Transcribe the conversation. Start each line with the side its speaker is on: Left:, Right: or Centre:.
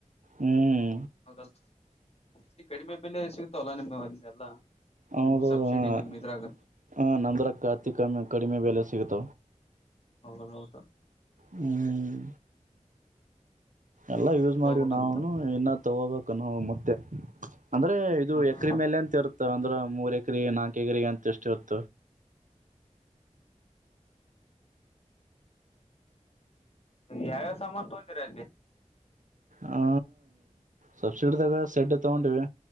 Right: ಹ್ಮ್
Left: ಹೌದಲ್ ಅತಿ ಕಡಿಮೆ ಬೆಲೆ ಸಿಗ್ತಾವಲ್ಲಾ ನಿಮ್ಮ್ ಅ ಎಲ್ಲಾ
Right: ಹೌದೌದ
Left: ನಿಮ್ ಸಬ್ಸಿಡಿ
Right: ಹ
Left: ನಿಮ್ ಇದ್ರಾಗ
Right: ಹ ನಂದ್ರ ಕತಿ ಕಮ್ಮ ಕಡಿಮೆ ಬೆಲೆ ಸಿಿತ
Left: ಹೌದೌದು
Right: ಹ್ಮ್ ಎಲ್ಲ
Left: ನಾವು
Right: ಯೂಸ್
Left: ತಗೋಬೇಕಂತ
Right: ಮಾಡವಿ ನಾವವುನು ಇನ್ನ ತಗೋಬೇಕು ನಾವು ಮತ್ತೆ ಅಂದ್ರೆ ಇದು
Left: ಹ ಹ
Right: ಎಕ್ರ ಮೇಲೆ ಅಂತ ಇರುತ್ತ ಅಂದ್ರೆ ಮೂರ್ ಎಕ್ರ ನಾಕು ಎಕ್ರಿ ಅಂತ ಎಷ್ಟ ಇರುತ್ತ ಹ
Left: ಯಾವ್ಯಾವ ಸಮಥ ರೆ
Right: ಹಾ ಸಬ್ಸಿಡಿ ತಾಗ ಸೆಡ್ ಇ ಉಂಿವವಿ